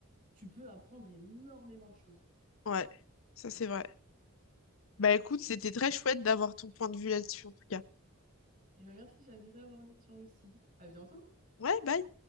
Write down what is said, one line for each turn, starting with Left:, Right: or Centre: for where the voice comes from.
Right: tu peux apprendre énormément de choses.
Left: Ouais, ça c'est vrai. Bah écoute, c'était très chouette d'avoir ton point de vue là-dessus en tout cas.
Right: Et bien merci, j'ai adoré avoir le tien aussi. À bientôt!
Left: Ouais, bye.